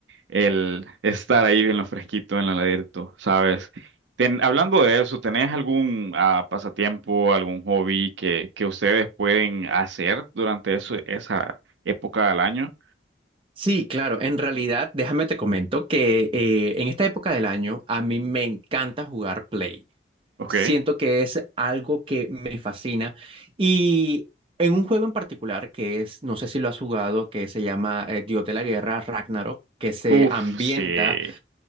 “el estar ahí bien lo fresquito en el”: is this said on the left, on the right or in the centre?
Right